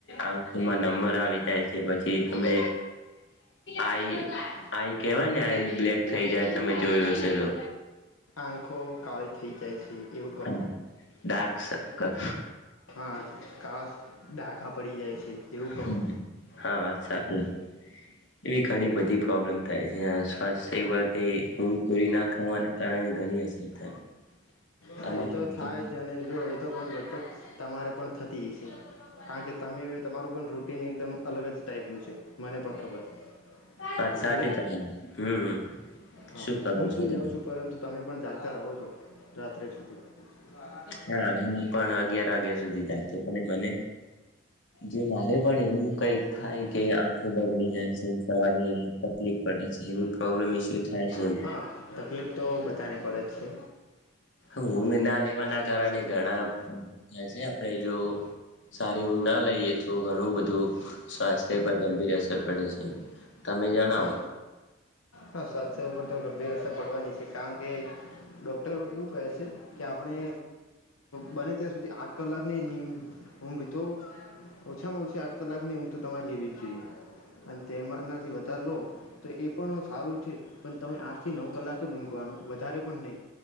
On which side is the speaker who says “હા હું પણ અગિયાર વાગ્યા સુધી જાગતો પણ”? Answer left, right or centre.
Left